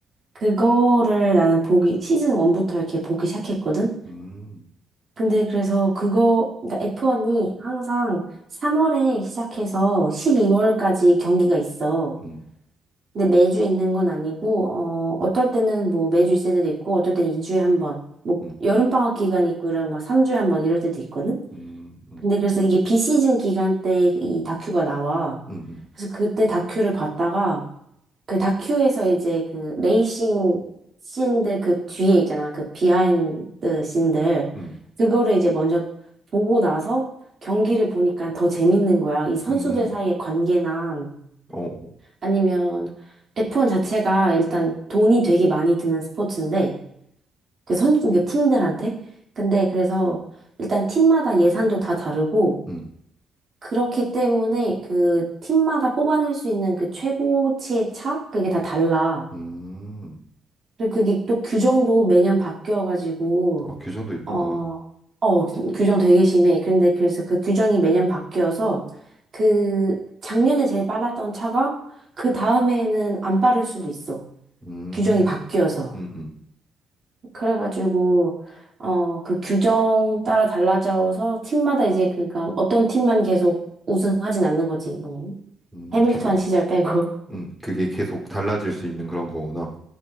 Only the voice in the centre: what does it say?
음.
음.
음.
음. 음.
음.
음.
음. 음.
어어.
음,
음,
아, 규정도 있구나.
음,
음, 음,
음,
계속,
음,
그게 계속 달라질 수 있는 그런 거구나.